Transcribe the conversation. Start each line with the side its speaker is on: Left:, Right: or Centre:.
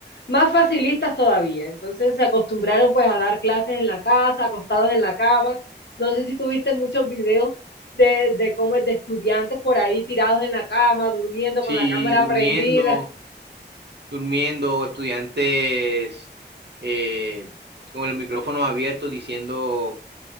Left: más facilistas todavía. Entonces se acostumbraron pues a dar clases en la casa, acostados en la cama. No sé si tuviste muchos videos de, de cómo es de estudiantes por ahí tirados en la cama, durmiendo
Right: Sí,
Left: con la cámara
Right: durmiendo,
Left: prendida.
Right: durmiendo, estudiantes eh, con el micrófono abierto diciendo